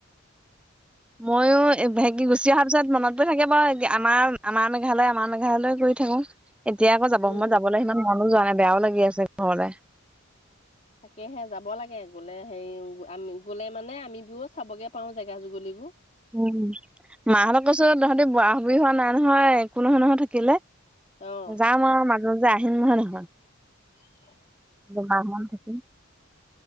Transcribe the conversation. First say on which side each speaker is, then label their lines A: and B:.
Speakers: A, in the centre; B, on the left (about 35°).
A: ময়ো হেক গুচি অহাৰ পিছত মনত গ থাকে বাৰু আমাৰ আমাৰ মেঘালয় আমাৰ মেঘালয় কৰি থাকো। এতিয়া আকৌ যাব সময়ত
B: উম।
A: যাবলৈ সিমান। মানুহ জানে বেয়াও লাগি আছে ঘৰলে।
B: তাকেহে যাব লাগে গলে হেৰি আমি গলে মানে আমিবও চাবগে পাও জেগা যুগলিবোৰ।
A: উ মাহঁতক কৈছো তহঁতি বৰাহ হোৱা নাই নহয় একো নহয় নহয় থাকিলে।
B: অঁ
A: যাম আৰু মাজ। যে আহিন মাহত আহ।
B: উ
A: দুমাহ মান থাকিম।